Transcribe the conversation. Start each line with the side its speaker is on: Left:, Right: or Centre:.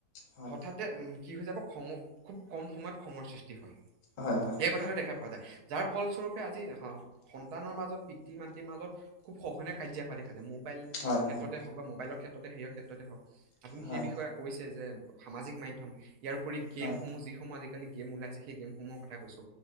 Left: হয়
Right: হঠাতে উম কি হৈ যাব খঙ খুব কম সময়ত খঙৰ সৃষ্টি হয়
Left: হয় হয়
Right: সেই কথাটো দেখা পোৱা যায় যাৰ ফলস্বৰূপে আজি অহ ফোন সন্তানৰ মাজত পিতৃ মাতৃৰ মাজত খুব সঘনে কাজিয়া হোৱা দেখা যায় মোবাইল
Left: হয় হয় হয়
Right: ক্ষেত্ৰতে হওক বা মোবাইলৰ ক্ষেত্ৰত মুঠতে সেয়াৰ ক্ষেত্ৰতে হওক আপুনি
Left: হয়
Right: সেই বিষয়ে কৈছে যে সামাজিক মাধ্যম ইয়াৰ উপৰি গেমসমূহ
Left: হয়
Right: যিসমূহ আজি আজি কালি গেম ওলাইছে সেই গেমসমূহৰ কথা কৈছো